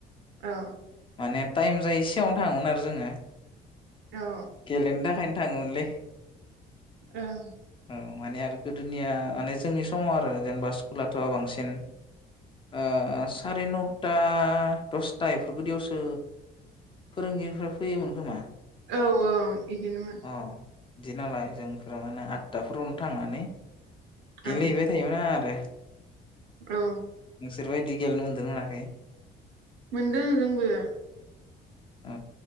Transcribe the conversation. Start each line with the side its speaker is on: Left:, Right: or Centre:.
Right: औ
Left: माने टाइम जायो सिगाङावनो थाङोमोन आरो जोङो
Right: औ
Left: गेलेनो थाखाय थाङोमोनलै
Right: ओं
Left: औ माने आरो गोदोनिया माने जोंनि समाव आरो जेनेबा स्कुलाथ' बांसिन ओ साराय नथा दसथा बेफोरबायदियावसो फोरोंगिरिफ्रा फैयोमोन खोमा
Right: औ औ बिदिनोमोन
Left: अ बिदि नालाय जोंफोरा माने आठथाफोरावनो थांनानै गेलेहैबाय
Right: ओं
Left: थायोमोना आरो
Right: औ
Left: बिसोरबायदि गेलेनो मोनदों ना मोनाखै
Right: मोनदों जोंबो
Left: अ